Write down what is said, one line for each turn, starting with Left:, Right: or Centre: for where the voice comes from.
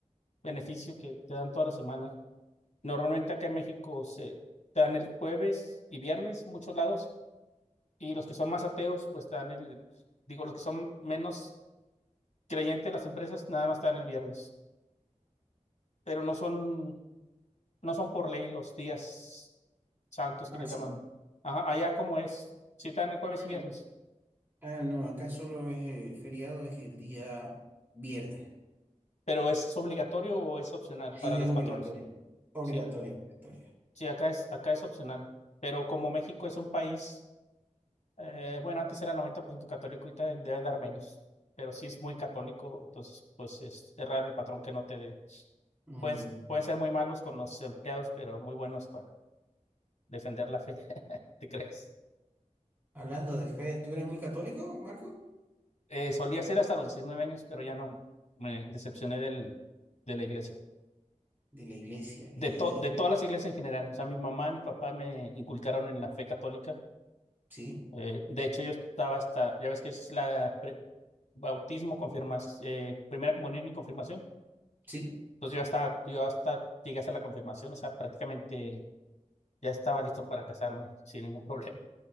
Left: beneficio que te dan toda la semana. Normalmente acá en México se te dan el jueves y viernes, muchos lados Y los que son más ateos, pues están el, digo, los que son menos creyentes de las empresas, nada más están el viernes. Pero no son, no son por ley los días santos
Right: Ah,
Left: que les
Right: sí.
Left: llaman. Ajá, allá como es, si están el jueves
Right: Mm.
Left: y viernes,
Right: Ah, no, acá solo es eh, feriado, es el día viernes.
Left: pero es obligatorio o es opcional
Right: Sí,
Left: para los
Right: es obligatorio.
Left: patrones,
Right: Obligatorio,
Left: ¿sí?
Right: obligatorio.
Left: Sí, acá es, acá es opcional. Pero como México es un país Eh, bueno, antes era 90% católico y te deben dar menos, pero si es muy católico, entonces pues es, es raro el patrón que no te dé.
Right: Mm.
Left: Pueden, pueden ser muy malos con los empleados, pero muy buenos para defender la fe, <laughs> te creas.
Right: Hablando de fe, ¿tú eres muy católico, Marco?
Left: Eh, solía ser hasta los 19 años, pero ya no. Me decepcioné del, de la iglesia.
Right: De la iglesia.
Left: De,
Right: Y,
Left: to- de
Right: y-
Left: todas las iglesias en general. O sea, mi mamá, mi papá me inculcaron en la fe católica.
Right: sí,
Left: Eh, de hecho, yo estaba hasta, ya ves que es la pre- bautismo, confirmas, eh, primera comunión y confirmación.
Right: sí.
Left: Entonces yo hasta, yo hasta llegué a hacer la confirmación, o sea, prácticamente ya estaba listo para casarme <laughs> sin ningún problema,